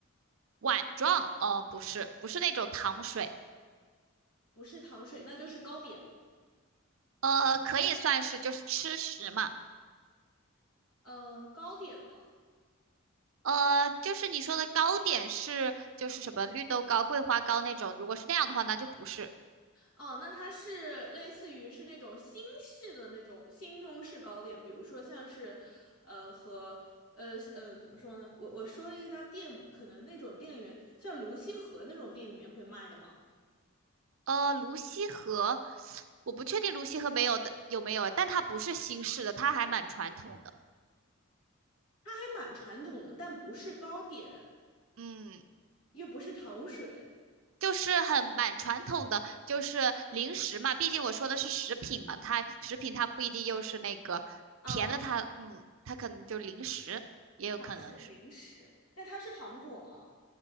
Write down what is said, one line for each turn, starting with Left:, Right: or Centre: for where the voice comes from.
Right: 碗状。呃，不是，不是那种糖水。
Left: 不是糖水，那就是糕点。
Right: 呃，可以算是就是吃食嘛。
Left: 嗯、糕点嘛，
Right: 呃，就是你说的糕点是就是什么绿豆糕、桂花糕那种，如果是那样的话，那就不是。
Left: 哦，那它是类似于是那种新式的那种新中式糕点，比如说像是，呃，和呃嗯、呃，怎么说呢？我我说了一家店，可能那种店里面，像泸溪河那种店里面会卖的嘛，
Right: 呃，泸溪河，我不确定泸溪河没有的有没有，但它不是新式的，它还蛮传统的。
Left: 它还蛮传统的，但不是糕点，
Right: 嗯，
Left: 又不是糖水，
Right: 就是很蛮传统的，就是零食嘛，毕竟我说的是食品嘛，它食品它不一定又是那个甜的它，
Left: 嗯，
Right: 嗯，它可能就零食，也有可能是
Left: 好像是零食。那它是糖果吗？